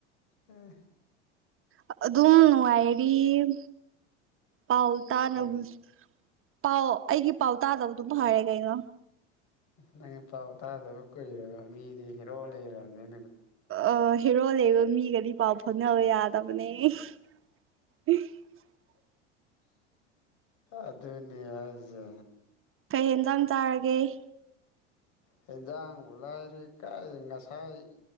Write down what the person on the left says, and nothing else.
ꯎꯝ
ꯌꯥꯝ
ꯅꯪꯅ ꯄꯥꯎ ꯇꯥꯗꯕ ꯀꯨꯏꯔꯕ ꯃꯤꯗꯤ ꯍꯤꯔꯣ ꯂꯩꯔꯕꯅꯤ
ꯑꯗꯨꯅꯤ ꯍꯥꯏꯖꯦ
ꯍꯦꯟꯖꯥꯡꯕꯨ ꯂꯥꯏꯔꯤ ꯀꯥꯏ ꯉꯁꯥꯏ